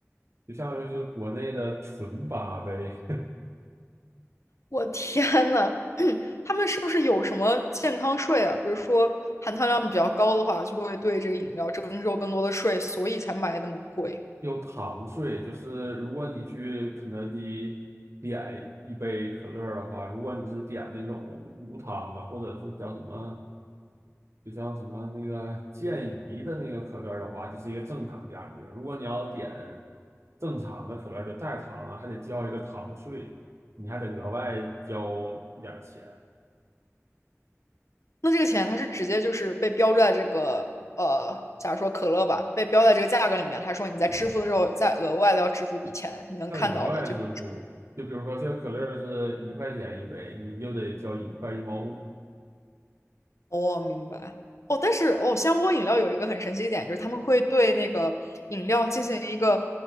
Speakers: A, on the right; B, on the left.
A: 就相当于是国内的纯八杯，
B: 我天呐，<clears throat> 他们是不是有什么健康税啊？比如说含糖量比较高的话，就会对这个饮料征收更多的税，所以才卖那么贵。
A: <laughs> 又糖税。就是如果你去肯德基点一杯可乐的话，如果你是点那种无糖的，或者是叫什么，就像什么那个健怡的那个可乐的话，就是一个正常价格。如果你要点正常的可乐，就带糖的，还得交一个糖税，你还得额外交一点钱。
B: 那这个钱它是直接就是被标注在这个呃，假如说可乐吧，被标在这个价格里面，他说你在支付的时候再额外的要支付一笔钱，你能看到的这个
A: 那额外支付，就比如说这个可乐儿是一块钱一杯，你就得交一块一毛五，
B: 哦，明白。哦，但是哦，香波饮料有一个很神奇一点，就是他们会对那个饮料进行一个